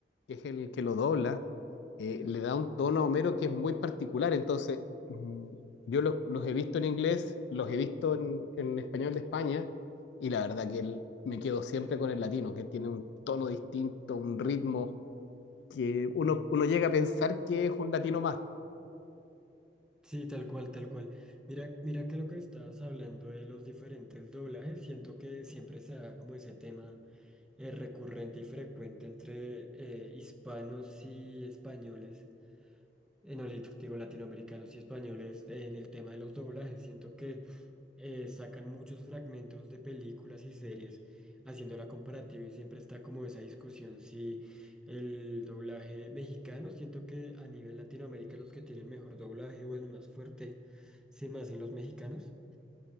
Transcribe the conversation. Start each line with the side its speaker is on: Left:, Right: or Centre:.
Left: que es el que lo dobla, eh, le da un tono a Homero que es muy particular. Entonces, mm, yo los, los he visto en inglés, los he visto en, en español de España, y la verdad que el- me quedo siempre con el latino, que tiene un tono distinto, un ritmo que uno, uno llega a pensar que es un latino más.
Centre: Sí, tal cual, tal cual. Mira, mira que lo que estabas hablando de los diferentes doblajes, siento que siempre se da como ese tema eh, recurrente y frecuente entre eh, hispanos y españoles, eh, no le digo latinoamericanos y españoles eh, en el tema de los doblajes. Siento que eh, sacan muchos fragmentos de películas y series haciendo la comparativa y siempre está como esa discusión si el doblaje mexicano, siento que a nivel Latinoamérica los que tienen mejor doblaje o el más fuerte se me hacen los mexicanos.